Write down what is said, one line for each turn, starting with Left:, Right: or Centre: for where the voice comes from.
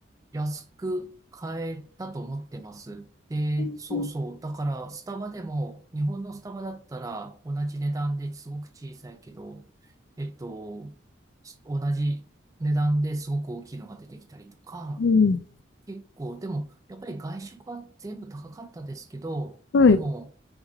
Right: 安く買えたと思ってます。で、
Left: うん
Right: そうそう。だから、スタバでも、日本のスタバだったら、同じ値段ですごく小さいけど、えっと、す同じ値段ですごく大きいのが出てきたりとか、
Left: うん、
Right: 結構、でも、やっぱり外食は全部高かったですけど、
Left: うんはい。
Right: でも、